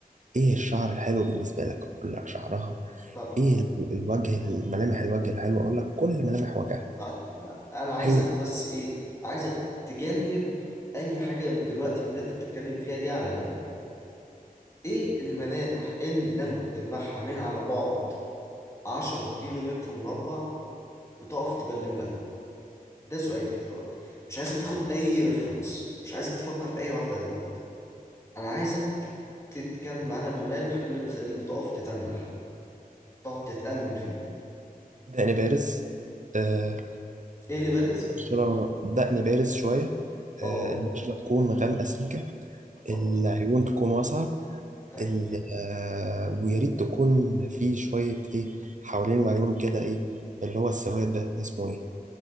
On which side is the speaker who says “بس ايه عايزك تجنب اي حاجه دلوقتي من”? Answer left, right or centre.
Left